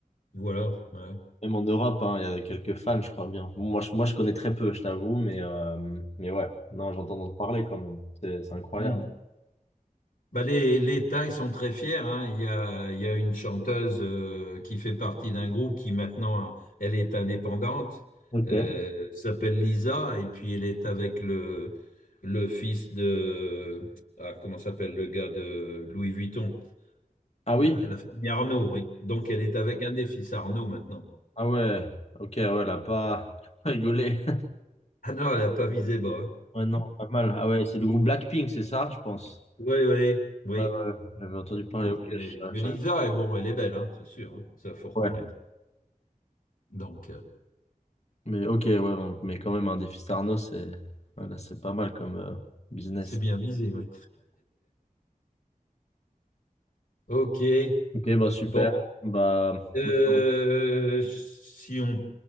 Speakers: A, on the left; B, on the left.
A: Voilà. ouais.
B: Même en Europe, hein, il y a quelques fans, je crois bien. Bon, moi, je, moi, je connais très peu, je t'avoue, mais, euh, mais ouais, non, j'entends en parler quand même. C'est, c'est incroyable.
A: Hmm. Bah, les, les Thaïs sont très fiers. hein. Il y a, il y a une chanteuse euh, qui fait partie d'un groupe qui maintenant, elle est indépendante,
B: Ok.
A: euh, s'appelle Lisa, et puis elle est avec le, le fils de... Ah, comment s'appelle le gars de Louis Vuitton?
B: Ah oui?
A: Euh, la famille Arnaud, oui. Donc elle est avec un des fils Arnaud maintenant.
B: Ah ouais, ok, ouais, là, pas <laughs> rigolé.
A: Ah non, elle n'a pas visé bas. hein.
B: Ouais, non, pas mal. Ah ouais, c'est le groupe Blackpink, c'est ça, je pense.
A: Oui, oui, oui.
B: Ouais, ouais, j'avais entendu parler,
A: Donc,
B: ok,
A: mais,
B: je-
A: mais
B: je-
A: Lisa, eh bon, elle est belle, hein, c'est sûr. hein. Ça, faut reconnaître.
B: ouais.
A: Donc, euh,
B: Mais ok, ouais, donc- mais quand même, un défi Starno, c'est voilà, c'est pas mal comme euh, business.
A: c'est bien visé, oui. Ok,
B: Ok, bah super.
A: bon,
B: Bah,
A: euh,
B: <laughs>
A: si on,